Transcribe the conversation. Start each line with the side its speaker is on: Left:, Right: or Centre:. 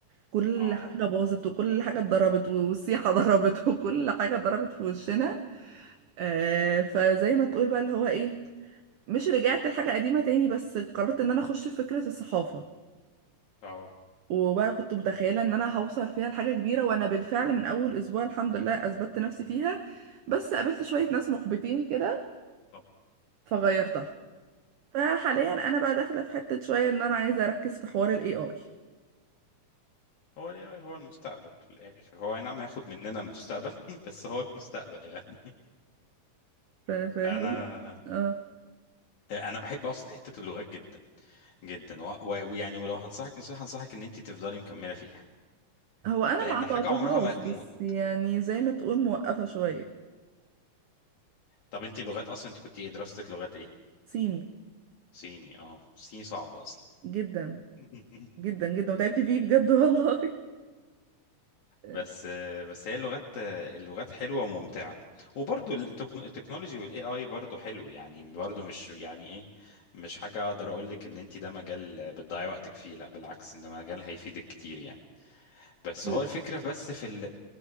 Right: كل
Left: اه
Right: حاجة باظت وكل حاجة اتضربت والسيحة <laughs> ضربت وكل حاجة ضربت
Left: <laughs>
Right: في وشنا آه فزي ما تقول بقى اللي هو ايه مش رجعت لحاجة قديمة تاني بس قررت ان انا اخش في فكرة الصحافة
Left: اه
Right: وبقى كنت متخيلة ان انا هوصل فيها لحاجة كبيرة وانا بالفعل من اول اسبوع الحمد لله اثبتت نفسي فيها بس قابلت شوية ناس محبطين كده
Left: طبعا
Right: فغيرتها فحاليا انا بقى داخله في حته شويه ان انا عايزه اركز في حوار الاي اي
Left: هو ال AI هو المستقبل في الآخر هو أي نعم هياخد مننا المستقبل <laughs> بس هو المستقبل يعني
Right: فاهم
Left: أنا
Right: اه
Left: أنا بحب أصلا حتة اللغات جدا جدا و- و- ويعني ولو هنصحك نصيحة أنصحك إن أنت تفضلي مكملة فيها
Right: هو انا
Left: لأن
Right: ما
Left: حاجة
Right: قطعتهاش
Left: عمرها ما هتموت
Right: بس يعني زي ما تقول موقفه شويه
Left: طب أنت لغات أصلا أنت كنت إيه دراستك لغات إيه؟
Right: صيني
Left: صيني أه صيني صعب أصلا
Right: جدا
Left: <laughs>
Right: جدا جدا وتعبت فيه بجد <laughs> والله آه،
Left: بس بس هي اللغات اللغات حلوه وممتعه وبرضو التك- التكنولوجي والاي اي برضو حلو يعني برضو مش يعني ايه مش حاجه اقدر اقول لك ان انت ده مجال بتضيعي وقتك فيه لا بالعكس ان ده مجال هيفيدك كتير يعني بس
Right: ال-
Left: هو الفكره بس في ال...